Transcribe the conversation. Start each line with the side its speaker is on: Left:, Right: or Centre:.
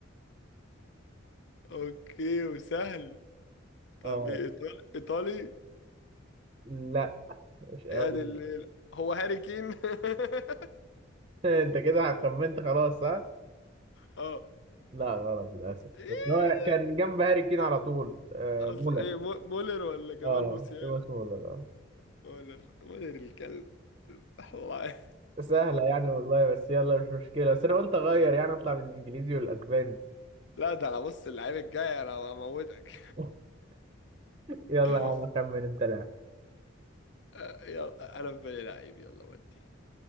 Left: اوكي وسهل طب
Right: اه
Left: ايه ايطالي ايطالي
Right: لا مش قوي
Left: يعني
Right: <laughs>
Left: ال... هو هاري كين <laughs>
Right: انت كده خمنت خلاص صح؟
Left: اه
Right: لا غلط للاسف
Left: ايه
Right: بس هو كان جنب هاري كين على طول آه
Left: اصل
Right: مولر
Left: ايه مو- مولر ولا جمال
Right: اه
Left: موسيالا
Right: توماس مولر اه.
Left: مولر مولر الكلب <laughs> الله
Right: سهلة يعني والله بس يلا مش مشكلة بس أنا قلت أغير يعني أطلع بالإنجليزي والأسباني
Left: لا ده انا بص اللعيب الجاي انا هموتك
Right: <laughs> يلا
Left: <laughs>
Right: يا عم أخمن أنت لاعب
Left: آه، يلا انا في بالي لعيب يلا ودي